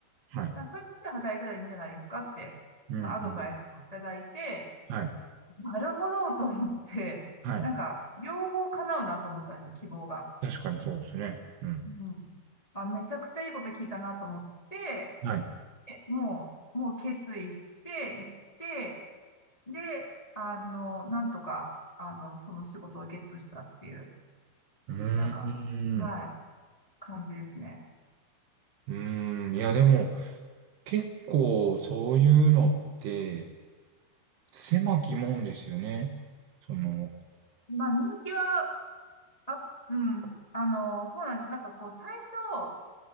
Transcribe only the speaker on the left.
だからそういうとこで働いたらいいんじゃないですかって、
まあ、アドバイスをいただいて、
なるほどと思って、
なんか、両方叶うなと思ったんですよ、希望が。
うん。あ、めちゃくちゃいいこと聞いたなと思って、
えもう、もう決意して行って、で、あの、なんとか、あの、その仕事をゲットしたっていう、
なんか、はい、感じですね。
まあ、人気は、あ、うん、あの、そうなんです。なんかこう、最初、